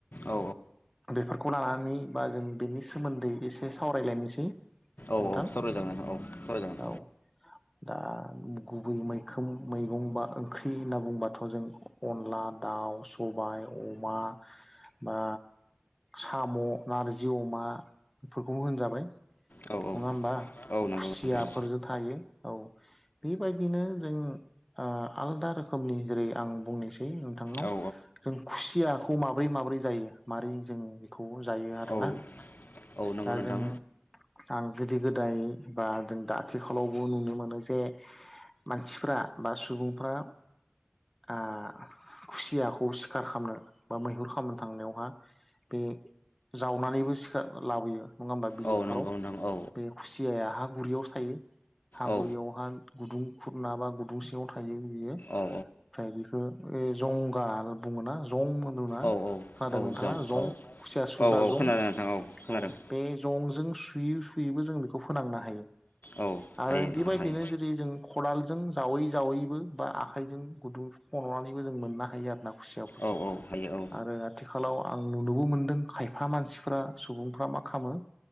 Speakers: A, on the left; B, in the centre.
A: औ
B: बेफोरखौ लानानै बा जों बेनि सोमोन्दै एसे सावरायलायनोसै
A: औ
B: नोंथां
A: औ सावरायजागोन औ सावरायजागोन।
B: औ दा गुबै मैखोम मैगं बा ओंख्रि होनना बुंबाथ जों अनला, दाउ, सबाय, अमा बा साम नारजि अमा बेफोरखौबो होनजाबाय। नङा
A: औ औ
B: होमबा
A: औ नंगौ
B: खुसियाफोरजों
A: नोंथां
B: थायो औ बेबायदि। बिदिनो जों उम आलदा रोखोमनि जेरै आं बुंनोसै नोंथांनाव
A: औ
B: जों खुसिया खौ माब्रै माब्रै जायो मारै जों बेखौ जायो आरोना
A: औ औ नंगौ
B: दा
A: नोंथां
B: जों आं गोदो गोदाय बा जों दा आथिखालावबो नुनो मोनो जे मानसिफ्रा बा सुबुंफ्रा ओ खुसियाखौ सिखार खालामनो बा मैहुर खामानो थांनायावहा बे जावनानैबो लाबोयो नङा होमबा बिलोफोराव
A: औ नंगौ नोंथां औ
B: बे खुसिया हा गुरियाव थायो हा
A: औ
B: गुरियावहा गुदुं खुरना बा गुदुं सिङाव थायो बियो।
A: औ
B: फ्राय बि खो जंगाल बुङोना जं खोनादों
A: औ औ
B: नोंथाङा
A: जों
B: जं
A: औ
B: खुसिया सुग्रा
A: औ औ
B: जं
A: खोनादों नोंथां खोनादों
B: औ बे जंजों सुयै सुयैबो जों बेखौ फोनांनो हायो।
A: औ
B: आरो
A: हायो नोंथां
B: बेबायदिनो
A: हायो
B: जुदि जों खदाल जों जावै जावैबो बा आखाइजों गुदुं खननानैबो जों मोननो हायो आरो ना। खुसियाफोरखौ
A: औ औ हायो औ
B: आरो आथिखालाव आं नुनोबो मोनदों खायफा मानसिफ्रा सुबुंफ्रा मा खालामो